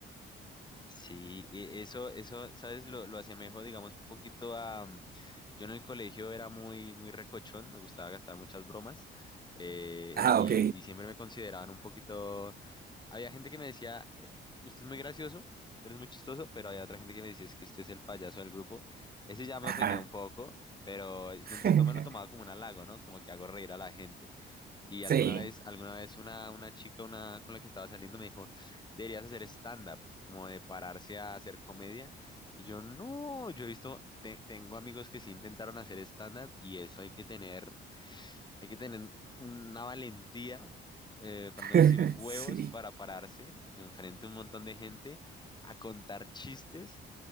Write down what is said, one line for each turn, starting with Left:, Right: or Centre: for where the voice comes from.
Left: Sí, y eso, eso, ¿sabes? Lo, lo asemejo, digamos, un poquito a... mm, Yo en el colegio era muy, muy recochón, me gustaba gastar muchas bromas eh,
Right: Ah,
Left: y,
Right: ok.
Left: y siempre me consideraban un poquito... Había gente que me decía, "Eh, usted es muy gracioso, usted es muy chistoso, pero había otra gente que me decía, es que usted es el payaso del grupo. Ese ya me
Right: Ajá.
Left: ofendía un poco, pero dentro
Right: <laughs>
Left: de todo me lo tomaba como un halago, ¿no? Como que hago reír a la gente. Y
Right: Sí,
Left: alguna vez, alguna vez una, una chica una, con la que estaba saliendo me dijo, deberías hacer stand-up, como de pararse a hacer comedia. Y yo, no, yo he visto, te- tengo amigos que sí intentaron hacer stand-up y eso hay que tener, hay que tener una valentía, eh, para
Right: <laughs>
Left: no decir huevos,
Right: sí.
Left: para pararse enfrente a un montón de gente a contar chistes